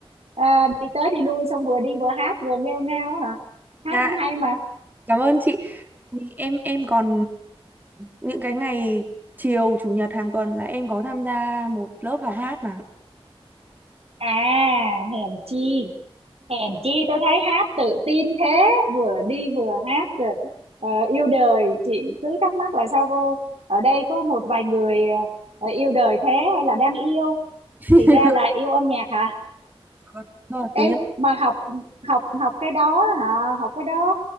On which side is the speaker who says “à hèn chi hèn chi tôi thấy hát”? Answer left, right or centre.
Right